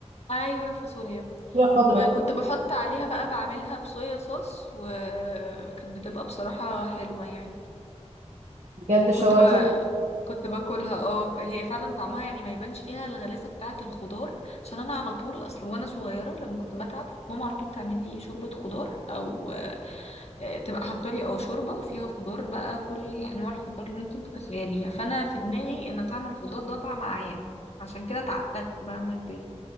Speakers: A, on the left; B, on the right.
A: ايوه فاصوليا
B: طريقة خضراء
A: وكنت بحط عليها بقى بعملها بصويا صوص وكانت بتبقى بصراحة حلوة يعني
B: بجد شوقتيني
A: كنت بقى كنت باكلها اه ك- هي فعلا طعمها يعني ما يبانش فيها الغلاسة بتاعة الخضار عشان انا على طول اصل وانا صغيرة لما كنت بتعب كانت ماما على طول تعمل لي شوربة خضار او آه، تبقى حاطه لي اه شوربة وفيها خضار بقى كل انواع الخضار اللي ممكن تتخيليها فانا في دماغي ان طعم الخضار ده طعم عيان عشان كده اتعقدت بقى لما كبرت